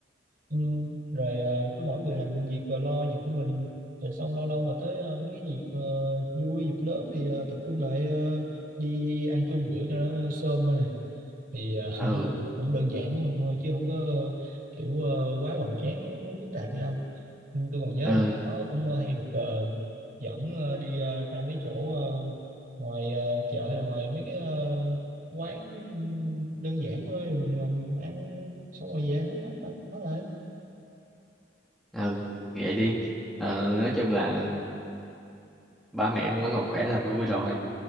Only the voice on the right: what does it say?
ừ, rồi ờ, cứ mỗi người làm việc rồi lo việc của mình rồi xong lâu lâu mà tới ờ, mấy cái dịp ờ, vui dịp lớn thì ờ, tập trung lại ờ, đi ăn chung bữa cho nó sơm thôi nè thì ờ, <laughs>
nó cũng đơn giản lắm em ơi chứ không có ờ, kiểu ờ, quá hoành tráng phức tạp gì đâu Nhưng tôi còn nhớ
là nó cũng ờ, hay được ờ, dẫn ờ, đi ờ, ra mấy chỗ ờ, ngoài ờ, chợ hay là ngoài mấy cái ờ, quán đơn giản thôi mình ngồi ăn xong rồi về hết hết rồi hết rồi